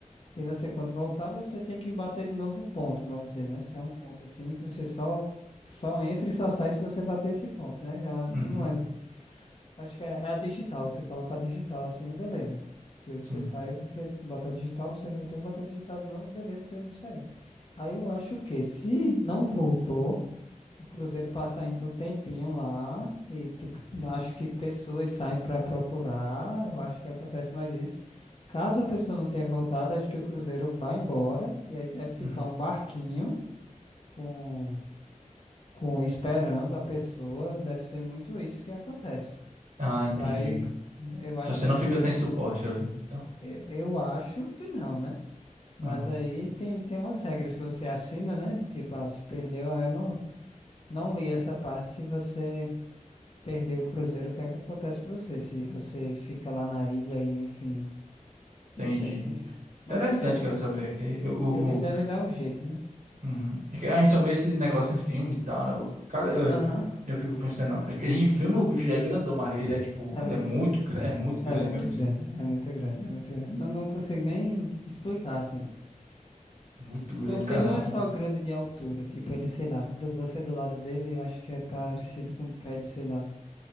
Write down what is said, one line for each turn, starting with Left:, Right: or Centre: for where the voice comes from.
Left: E você quando voltar, você tem que bater de novo o ponto, vamos dizer, né? Se é um ponto assim que você só só entra e só sai se você bater esse ponto, né? Eu não
Right: uhum,
Left: lembro. Acho que é, é a digital, você colocar digital assim, beleza. Se você
Right: sim,
Left: saiu, você bota digital, você voltou, bota digital de novo, beleza, você saiu. Aí eu acho que se não voltou, o Cruzeiro passa ainda um tempinho lá e tipo, acho que pessoas saem para procurar, eu acho que acontece mais isso. Caso a pessoa não tenha voltado, acho que o Cruzeiro vai embora e aí deve ficar
Right: uhum.
Left: um barquinho com com esperando a pessoa, deve ser muito isso que acontece.
Right: Ah, entendi.
Left: Pra aí, eu acho
Right: Então você
Left: que.
Right: não fica sem suporte ali, né? Então,
Left: Eu eu acho que não, né? Mas
Right: aham,
Left: aí tem, tem umas regras que você assina, né? De tipo, ah, se perdeu, ah, eu não, não li essa parte. Se você perdeu o cruzeiro, o que é que acontece com você? Se você fica lá na ilha e, enfim.
Right: entendi.
Left: Não sei, enfim. Mas
Right: Interessante,
Left: deve, eles,
Right: quero saber, que eu, o,
Left: eles devem dar um jeito, né?
Right: Uhum. É que A gente só vê esse negócio em filme e tal, né? O cara, eu,
Left: Aham.
Right: eu fico pensando, é que em filme o bicho já é grandão, mas ele é tipo,
Left: É
Right: ele
Left: muito,
Right: é muito grande, é muito grande
Left: é muito
Right: mesmo.
Left: grande, é muito grande, é muito grande. Não, não consigo nem explicar, assim.
Right: é Muito grande,
Left: Porque
Right: caramba.
Left: ele não é só grande de altura, tipo, ele, sei lá, do, você do lado dele, eu acho que é parecido com um prédio, sei lá,